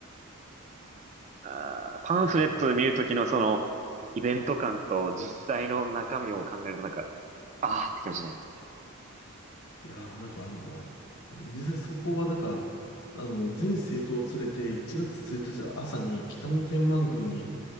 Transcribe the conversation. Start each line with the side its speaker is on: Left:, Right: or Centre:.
Right: あー、パンフレットで見るときのその、
Left: いや
Right: イベント感と実際の中身を考えるとなんか、あーって気持ちになりますね。
Left: いやー、なんかあの、実際そこはなんか、あの、全政党を連れて1月1日朝に北の天満宮に